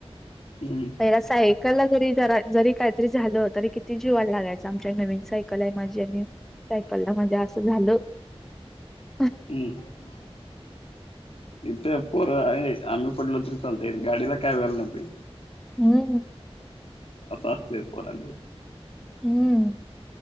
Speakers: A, on the left; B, in the centre.
A: हम्म
B: पहिला चा एक सायकला जरी जरा जरी काहीतरी झालं तरी किती जीवाला लागायच आमच्या नवीन सायकल आहे माझी आणि सायकलला माझ्या असं झालं ह
A: हम्म इथ पोरं आहे आम्ही पडलो तरी चालतय गाडीला काय व्हायला नाही पाहिजे
B: हम्म
A: अस असतय पोरांचं
B: हम्म